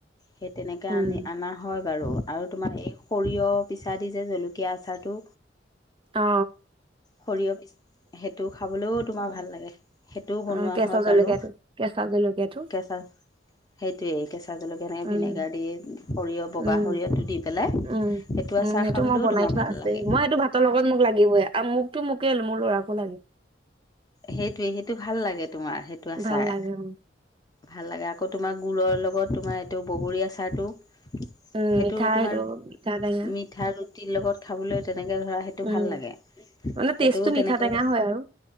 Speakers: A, on the left (about 20°); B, on the right (about 30°).
A: সেই তেনেকৈ
B: উম
A: আনি আনা হয়। বাৰু আৰু তোমাৰ এই সৰিয়ঁহ পিছা দি যে জলকীয়া আচাৰটো।
B: অ অ।
A: সৰিয়ঁহ পিছ সেইটো খাবলৈও তোমাৰ ভাল লাগে। সেইটোও বনোৱা
B: অ কেঁচা
A: হয়
B: জলকীয়াটো
A: বাৰু
B: কেঁচা জলকীয়াটো
A: কেঁচা। সেইটোৱেই কেঁচা জলকীয়া এনেকে
B: উম
A: ভিনেগাৰ দি সৰিয়ঁহ বগা
B: উম,
A: সৰিয়ঁহটো দি পেলাই।
B: উম,
A: সেইটো
B: উম
A: আচাৰ
B: হেইটো
A: খাবলৈও
B: মই বনাই
A: তোমাৰ
B: থোৱা
A: ভাল
B: আছেই
A: লাগে
B: মই এইটো ভাতৰ লগত মোক লাগিবই আৰু মোকতো মোকেই মোৰ ল'ৰাকো লাগে।
A: সেইটোৱে সেইটো ভাল লাগে তোমাৰ সেইটো আছাৰ।
B: ভাল লাগে অ,
A: ভাল লাগে আকৌ তোমাৰ গুুৰৰ লগত তোমাৰ এইটো বগৰী আচাৰটো।
B: উম,
A: সেইটো
B: মিঠা
A: তোমাৰ
B: মিঠা টেঙা
A: মিঠা ৰুটিৰ লগত খাবলৈ তাতে। তেনেকৈ ধৰা সেইটো
B: উম,
A: ভাল লাগে সেইটো
B: মানে টেষ্টটো মিঠা
A: তেনেকে।
B: টেঙা হয় আৰু